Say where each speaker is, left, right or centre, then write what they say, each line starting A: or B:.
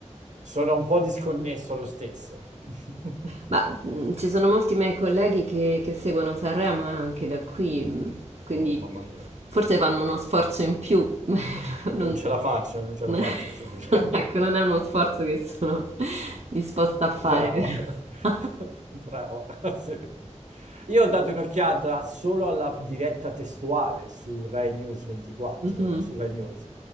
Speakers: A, on the right; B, on the right.
A: sono un po' disconnesso lo stesso. <laughs>
B: Ma mh, ci sono molti miei colleghi che, che seguono Sanremo eh, anche da qui, mh, quindi
A: Oh, mamma mia,
B: forse fanno uno sforzo in più, <laughs> ma
A: non
B: non,
A: ce la faccio, non ce
B: non-
A: la faccio a sentire.
B: <laughs> ecco, non è uno sforzo che sono
A: <laughs>
B: disposta a fare,
A: Brava,
B: però. <laughs>
A: <laughs> brava, <laughs> sì. Io ho dato un'occhiata solo alla diretta testuale su Rai News 24,
B: Mhm,
A: su Rai News,